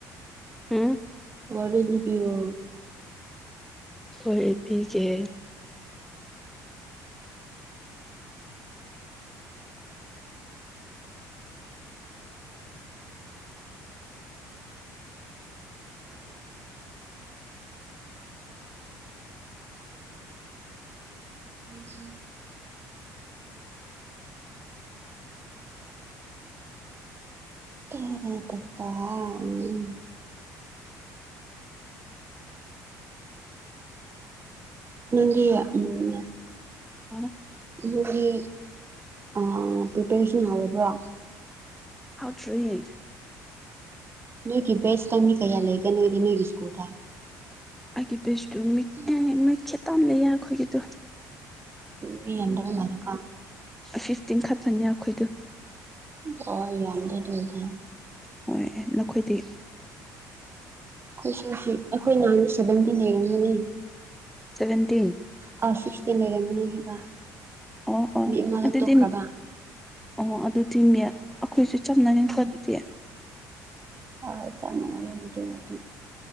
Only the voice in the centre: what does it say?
ꯎꯝ
ꯍꯣꯏ ꯄꯤꯒꯦ
ꯍ
ꯍꯥꯎꯇ꯭ꯔꯤꯌꯦ
ꯑꯩꯒꯤ ꯕꯦꯁꯇꯨꯃꯤ
ꯃꯩ ꯈꯦꯇꯥꯝ ꯂꯩꯌꯦ ꯑꯩꯈꯣꯏꯒꯤꯗꯨ
ꯐꯤꯐꯇꯤꯟꯈꯠꯇꯅꯤ ꯑꯩꯈꯣꯏꯗꯨ
ꯍꯣꯏ ꯅꯈꯣꯏꯗꯤ
ꯁꯕꯦꯟꯇꯤꯟ꯫
ꯑꯣ ꯑꯣ
ꯑꯗꯨꯗꯤꯟ꯫
ꯑꯣ ꯑꯗꯨꯗꯤ ꯃꯦ ꯑꯈꯣꯏꯁꯨ ꯆꯞ ꯃꯥꯟꯅꯩꯀꯣ ꯑꯗꯨꯗꯤ꯫